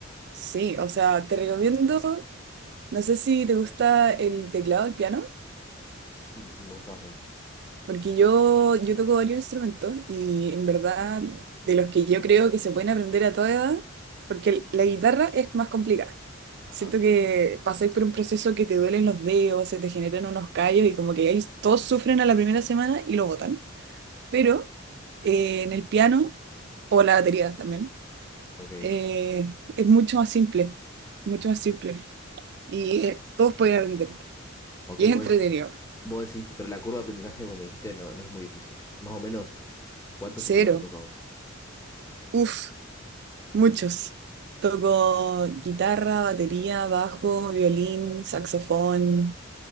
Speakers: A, on the right; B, on the left.
A: Sí, o sea, te recomiendo, no sé si te gusta el teclado, el piano,
B: Sí, sí, me gusta bastante.
A: porque yo, yo toco varios instrumentos y en verdad de los que yo creo que se pueden aprender a toda edad, porque el- la guitarra es más complicada.
B: Ajá,
A: Siento que pasáis por un proceso que te duelen los dedos, se te generan unos callos y como que ahí todos sufren a la primera semana y lo botan. Pero eh, en el piano o la batería también.
B: ok.
A: eh, es mucho más simple, mucho más simple. Y eh, todos pueden aprender.
B: Ok,
A: Y es
B: vos,
A: entretenido.
B: vos decís, pero la curva de aprendizaje, como me dijiste, no, no es muy difícil. Más o menos, ¿cuántos
A: Cero.
B: instrumentos tocas vos?
A: Uf, muchos. Toco guitarra, batería, bajo, violín, saxofón,